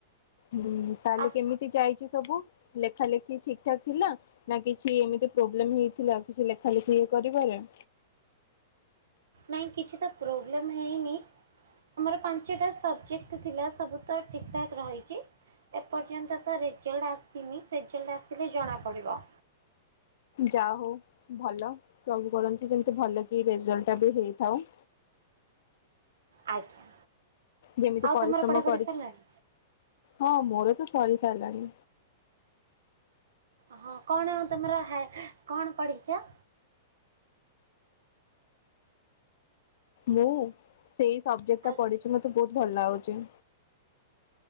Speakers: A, on the left; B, on the right.
A: ହୁଁ ତାହେଲେ
B: ଆଉ
A: କେମିତି ଯାଇଛି ସବୁ ଲେଖା ଲେଖି ଠିକ୍ ଠାକ୍ ଥିଲା? ନା କିଛି ଏମିତି ପ୍ରୋବ୍ଲେମ ହେଇଥିଲା କିଛି ଲେଖା ଲେଖି କରିବାରେ।
B: ନାଇଁ କିଛି ତ ପ୍ରୋବ୍ଲେମ୍ ହେଇନି। ଆମର ପାଞ୍ଚେଟା ସବଜେକ୍ଟ ଥିଲା ସବୁ ତ ଠିକ୍ ଠାକ୍ ରହିଚି। ଏ ପର୍ଯ୍ୟନ୍ତ ତ ରେଜଲ୍ଡ ଆସିନି ରେଜଲ୍ଡ ଆସିଲେ ଜଣାପଡିବ।
A: ଯା ହଉ ଭଲ ପ୍ରଭୁ କରନ୍ତି ଯେମତି ଭଲ କି ରେଜଲ୍ଟ ଟା ବି ହେଇଥାଉ।
B: ଆଜ୍ଞା।
A: ଯେମିତି
B: ଆଉ
A: ପରିଶ୍ରମ
B: ତମର ପଢ଼ାପଢ଼ି
A: କରିଚ୍
B: ସରିଲାଣି
A: ହଁ ମୋର ତ ସରି ସାରିଲାଣି।
B: ହଁ କଣ ଆଉ ତମର ହା କଣ ପଢିଛ?
A: ମୁଁ ସେଇ ସବଜେକ୍ଟଟା
B: ଆଉ
A: ପଢିଛି ମତେ ବୋହୁତ ଭଲ ଲାଗୁଛି।